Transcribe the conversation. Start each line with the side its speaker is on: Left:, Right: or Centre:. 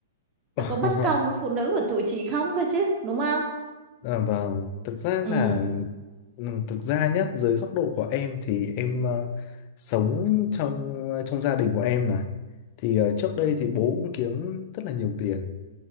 Left: <laughs>
Right: Nó có bất công với phụ nữ của tụi chị không cơ chứ, đúng không?
Left: À, vâng, thực ra là
Right: ừ
Left: ừ, thực ra nhá, dưới góc độ của em thì em ờ, sống trong ờ, trong gia đình của em mà. Thì ờ, trước đây thì bố cũng kiếm rất là nhiều tiền.